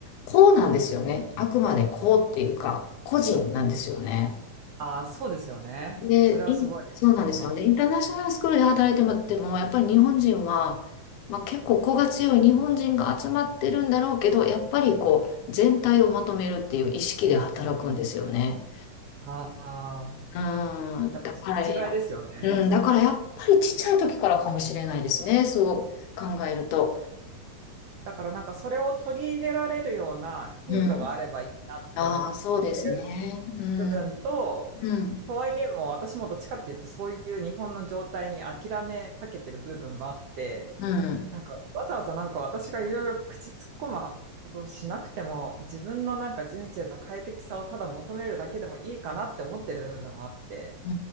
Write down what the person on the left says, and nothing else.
こうなんですよね。あくまでこうっていうか、個人なんですよね。
で、
インそうなんですよね。インターナショナルスクールで働いてもらっても、やっぱり日本人は、まあ、結構子が強い日本人が集まってるんだろうけど、やっぱりこう、全体をまとめるっていう意識で働くんですよね。
うん、
だからや、うん、だからやっぱりちっちゃい時からかもしれないですね。そう考えると。
うん。ああ、そうですね。うん、
うん、
うん、
う